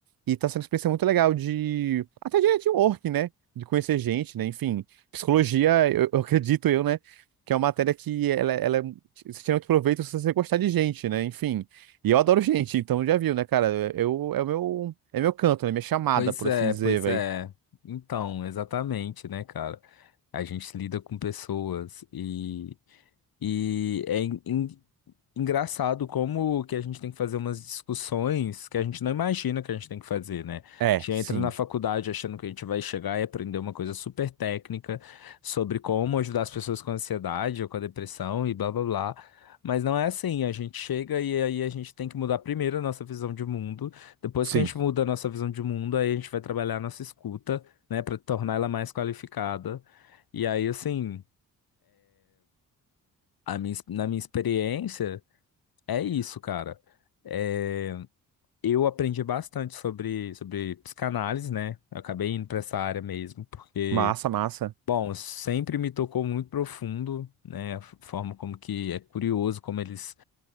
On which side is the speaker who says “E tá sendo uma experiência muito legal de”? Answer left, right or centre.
Right